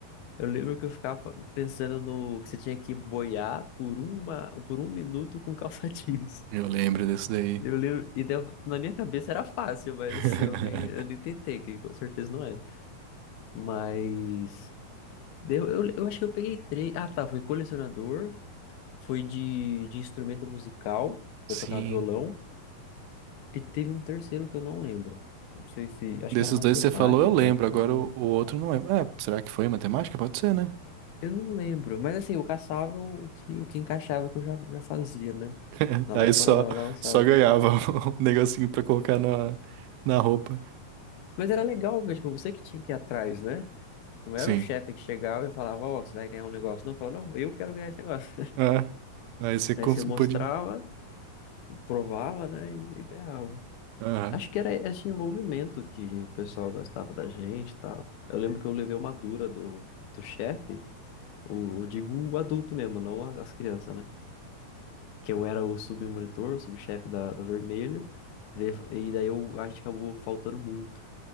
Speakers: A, on the left; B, on the right.
A: Eu lembro que eu ficava pensando no que você tinha que boiar por uma, por um minuto com calça <laughs> jeans.
B: Eu lembro desse daí.
A: Eu lembro, e deu- na minha cabeça era fácil, mas
B: <laughs>
A: assim, eu nem, eu nem tentei, que com certeza não é. Mas deu, eu, eu acho que eu peguei três. Ah, tá, foi colecionador, foi de, de instrumento musical,
B: Sim.
A: eu tocava violão, e teve um terceiro que eu não lembro. Não sei se, acho
B: Desses
A: que era matemática.
B: dois que você falou, eu lembro. Agora
A: não lembro.
B: o, o outro não lembro. É, será que foi matemática? Pode ser, né?
A: Eu não lembro, mas assim, eu caçava o que, o que encaixava que eu já, já fazia, né?
B: <laughs>
A: Nada
B: Aí
A: fora
B: só,
A: da, da alçada.
B: só ganhava <laughs> o negocinho pra colocar na, na roupa.
A: Mas era legal, porque tipo, você que tinha que ir atrás, né? Não
B: Sim.
A: era o chefe que chegava e falava, ó, você vai ganhar um negócio. Não, eu falava, não, eu quero ganhar esse negócio.
B: É. Aí
A: <laughs>
B: você
A: Daí
B: cons-
A: você mostrava,
B: podia.
A: provava, né? E, e ganhava.
B: Aham.
A: Acho que era esse envolvimento que o pessoal gostava da gente e tal. Eu lembro que eu levei uma dura do, do chefe, o, eu digo o adulto mesmo, não as crianças, né? que eu era o submonitor, o subchefe da, da Vermelho, e daí e daí eu, a gente acabou faltando muito.